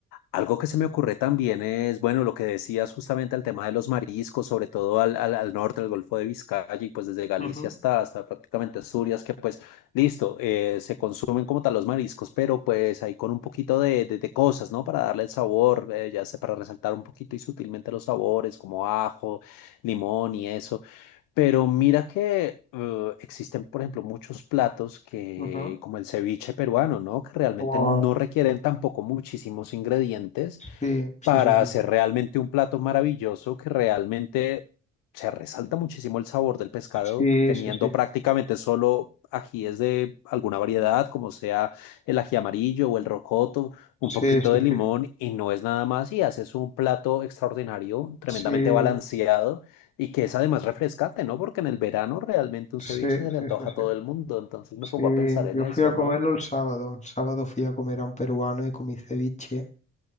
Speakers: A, on the left (about 60°); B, on the left (about 20°).
A: Algo que se me ocurre también es, bueno, lo que decías justamente al tema de los mariscos, sobre todo al, al, al norte, al Golfo de Vizcaya y pues desde Galicia
B: Ujú,
A: hasta, hasta prácticamente Asturias, que pues listo, eh, se consumen como tal los mariscos, pero pues ahí con un poquito de, de- de cosas, ¿no? Para darle el sabor, eh, ya sé, para resaltar un poquito y sutilmente los sabores, como ajo, limón y eso. Pero mira que eh, existen, por ejemplo, muchos platos que,
B: ujú.
A: como el ceviche peruano, ¿no? Que realmente
B: Buah,
A: no requieren tampoco muchísimos ingredientes
B: Sí, sí,
A: para
B: sí, sí.
A: hacer realmente un plato maravilloso que realmente se resalta muchísimo el sabor del pescado,
B: Sí,
A: teniendo
B: sí, sí.
A: prácticamente solo ajíes de alguna variedad, como sea el ají amarillo o el rocoto, un
B: Sí,
A: poquito
B: sí,
A: de limón
B: sí.
A: y no es nada más y haces un plato extraordinario, tremendamente
B: Sí,
A: balanceado y que es además refrescante, ¿no? Porque en el verano realmente un ceviche
B: sí,
A: se le
B: sí,
A: antoja
B: sí,
A: a
B: sí.
A: todo el mundo, entonces me
B: Sí,
A: pongo a pensar en
B: yo
A: eso,
B: fui a comerlo
A: ¿no?
B: el sábado. El sábado fui a comer a un peruano y comí ceviche.